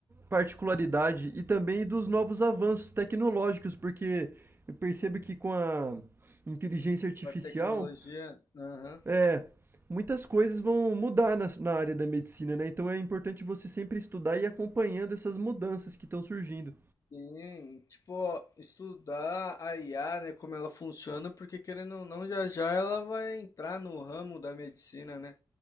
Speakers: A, on the right; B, on the left.
A: particularidade e também dos novos avanços tecnológicos, porque eu percebo que com a inteligência artificial
B: com a tecnologia. Aham.
A: é, muitas coisas vão mudar na, na área da medicina, né? Então é importante você sempre estudar e ir acompanhando essas mudanças que estão surgindo.
B: Sim, tipo, estudar a IA, né, como ela funciona, porque querendo ou não, já já ela vai entrar no ramo da medicina, né?